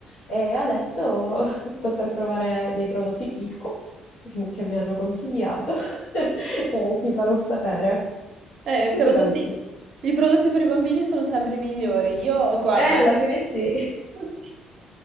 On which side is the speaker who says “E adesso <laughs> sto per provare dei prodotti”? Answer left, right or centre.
Left